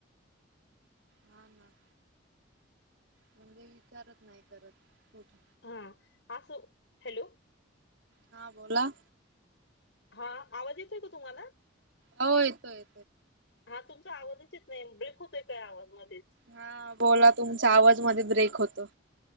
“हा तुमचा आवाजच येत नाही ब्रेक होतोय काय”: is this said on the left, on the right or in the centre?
Left